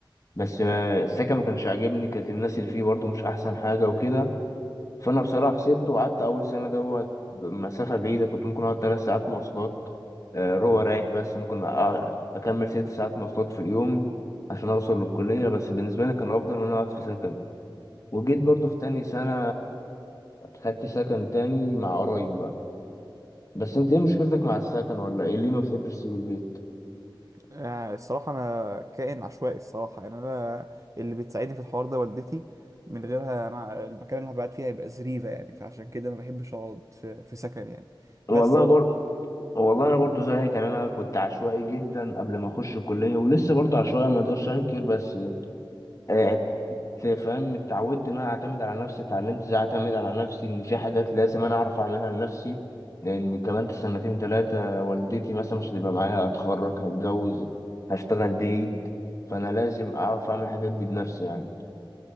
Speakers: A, on the left (about 40°); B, on the right (about 40°).
A: بس آه، السكن ما كانش عاجبني كانت الناس اللي فيه برضو مش أحسن حاجة وكده فأنا بصراحة سبته وقعدت أول سنة دوت مسافة بعيدة كنت ممكن أقعد تلات ساعات مواصلات آه، روح رايح بس ممكن أقعد- أكمل ست ساعات مواصلات في اليوم عشان أوصل للكلية بس بالنسبة لي كان أفضل من إن أنا أقعد في سكن وجيت برضو في تاني سنة
B: مم.
A: خدت سكن تاني مع قرايبي بقى بس انت ايه مشكلتك مع السكن ولا ايه ليه ما بتحبش تسيب البيت
B: آه، الصراحة أنا كائن عشوائي الصراحة يعني أنا اللي بتساعدني في الحوار ده والدتي من غيرها أنا المكان اللي هبقى قاعد فيه هيبقى زريبة يعني فعشان كده ما بحبش أقعد في, في سكن يعني
A: والله
B: بس هو
A: بر...
B: ده
A: والله انا برضو زيك يعني انا كنت عشوائي جدا قبل ما اخش الكليه ولسه برضو عشوائي ما اقدرش انكر بس آه، فاهم اتعودت ان انا اعتمد على نفسي اتعلمت ازاي اعتمد على نفسي ان في حاجات لازم انا اعرف اعملها لنفسي لان كمان سنتين ثلاثه والدتي مثلا مش هتبقى معايا اتخرج هتجوز هشتغل بعيد فانا لازم اعرف اعمل الحاجات دي بنفسي يعني